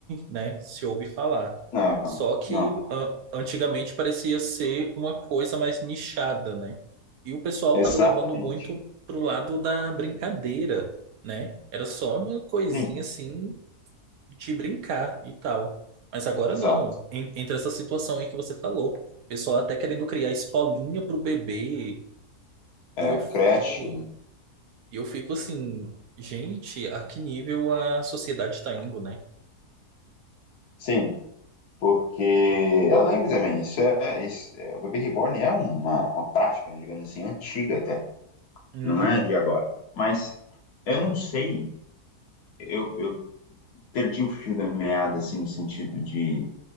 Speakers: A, on the right (about 70°); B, on the left (about 80°).
A: né, se ouve falar.
B: Não,
A: Só que
B: não.
A: ah, antigamente parecia ser uma coisa mais nichada, né? E o pessoal
B: Exatamente.
A: estava levando muito pro lado da brincadeira, né? Era só uma coisinha
B: Sim,
A: assim de brincar e tal. Mas agora
B: exato.
A: não. En- Entra essa situação aí que você falou. O pessoal até querendo criar escolinha pro bebê
B: É,
A: e eu fico,
B: creche,
A: eu fico assim, gente, a que nível a sociedade está indo, né?
B: sim, Porque eu lembro também, isso é, isso é- o bebê reborn é uma, uma prática, né, digamos assim, antiga até,
A: Uhum,
B: não é de agora. Mas eu não sei, eu, eu perdi o fio da meada, assim, no sentido de